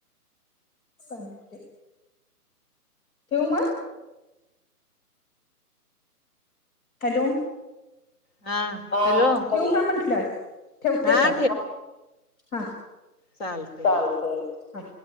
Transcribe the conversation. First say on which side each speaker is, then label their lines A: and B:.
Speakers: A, on the left (about 60°); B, on the left (about 40°).
A: शांत ठिऊ मग हॅलो
B: हा
A: तू
B: हॅलो
A: का म्हंटलं ठेवते
B: हा
A: आता हा
B: चालत
A: चालतंय. हा